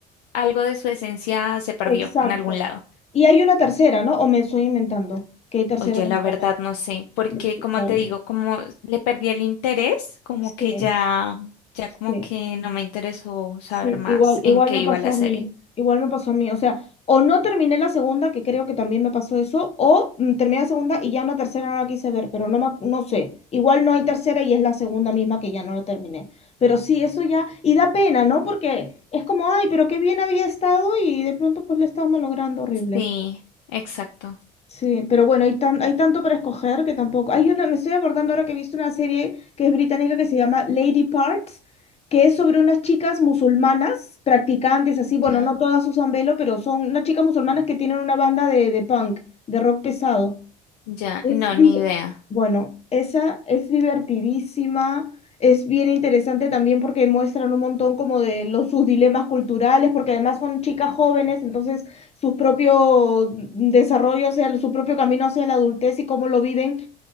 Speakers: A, on the left; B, on the left.
A: algo de su esencia se perdió
B: exacto.
A: en algún lado.
B: Y hay una tercera, ¿no? O me estoy inventando que hay tercera
A: Oye,
B: temporada.
A: la verdad no sé, porque
B: de Star
A: como te
B: Wars.
A: digo, como le perdí el interés, como
B: Sí,
A: que ya, ya como
B: sí.
A: que no me interesó saber
B: Sí,
A: más
B: igual, igual
A: en qué
B: me
A: iba
B: pasó
A: la
B: a
A: serie.
B: mí, igual me pasó a mí, o sea, o no terminé la segunda, que creo que también me pasó eso, o mm, terminé la segunda y ya en la tercera no la quise ver, pero no, me ac- no sé, igual no hay tercera y es la segunda misma que ya no la terminé, pero sí, eso ya, y da pena, ¿no? Porque es como, ay, pero qué bien había estado y de pronto pues le estaba malogrando horrible.
A: Sí, exacto.
B: Sí, pero bueno, hay, tan, hay tanto para escoger que tampoco. Hay una, me estoy acordando ahora que he visto una serie que es británica que se llama Lady Parts, que es sobre unas chicas musulmanas, practicantes, así, bueno,
A: Ya,
B: no todas usan velo, pero son unas chicas musulmanas que tienen una banda de, de punk, de rock pesado.
A: ya,
B: Es
A: no,
B: div-
A: ni idea.
B: Bueno, esa es divertidísima, es bien interesante también porque muestran un montón como de los, sus dilemas culturales, porque además son chicas jóvenes, entonces su propio desarrollo, o sea, su propio camino hacia la adultez y cómo lo viven